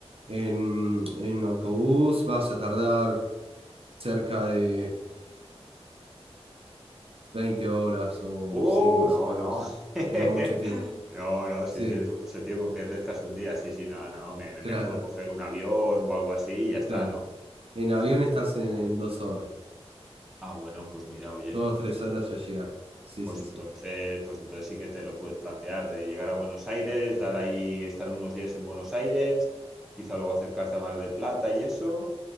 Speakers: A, on the right; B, in the centre.
A: en, en autobús vas a tardar cerca de 20 horas o
B: ¡Uh!
A: sí, más
B: no,
A: o menos.
B: no. <laughs>
A: Es mucho tiempo.
B: No, no, sí,
A: Sí,
B: sí, eso mucho tiempo, pierdes casi un día. Sí, sí, no, no,
A: <laughs>
B: me, me-
A: claro,
B: mejor coger un avión o algo así y ya está,
A: claro.
B: ¿no?
A: En avión
B: Sí, sí.
A: estás en, en dos horas.
B: Ah, bueno, pues mira, oye.
A: Dos, tres horas ya llegás. Sí,
B: Pues
A: sí,
B: entonces,
A: sí.
B: pues entonces sí que te lo puedes plantear de llegar a Buenos Aires, dar ahí, estar unos días en Buenos Aires, quizá luego acercarte a Mar del Plata y eso,